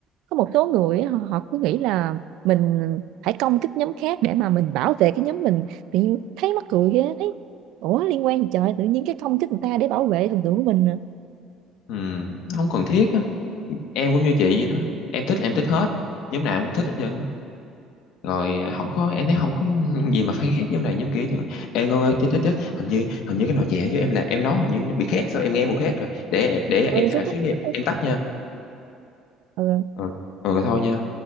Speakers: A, on the right; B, on the left.
A: có một số người á, họ, họ cứ nghĩ là mình phải công kích nhóm khác để mà mình bảo vệ cái nhóm mình tự nhiên thấy mắc cười ghê thấy ủa liên quan gì trời tự nhiên cái công kích người ta để bảo vệ thần tượng của mình à?
B: ừ không cần thiết á em cũng như chị vậy đó em thích là em thích hết nhóm nào em cũng thích hết trơn á. rồi không có em thấy không có gì mà phải khác giống này giống kia chứ ê Ngân ơi chết chết chết hình như hình như cái nồi chè với em là em nấu hình như nó bị khét sao em nghe mùi khét rồi để để
A: ừ
B: em chạy
A: xúc
B: xuống em
A: tích
B: em tắt nha
A: ừ.
B: ừ, ừ rồi thôi nha